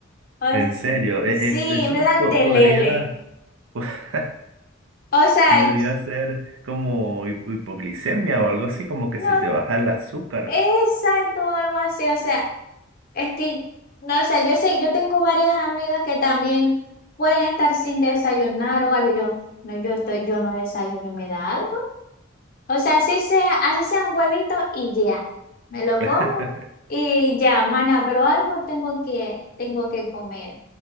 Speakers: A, on the left (about 45°); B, on the right (about 75°).
A: O s-
B: En serio, e-
A: sí,
B: es, eso
A: me da el
B: po-
A: telele.
B: podría, <laughs>
A: O sea,
B: podría ser como hipo- hipoglicemia o algo así, como que
A: no,
B: se te baja el azúcar.
A: exacto, algo así. O sea, Este, no sé, yo sé, yo tengo varias amigas que también pueden estar sin desayunar o algo. Yo, no, yo estoy, yo no desayuno y me da algo. O sea, así sea, así sea un huevito y ya. Me lo como
B: <laughs>
A: y ya, mana, pero algo tengo que, tengo que comer.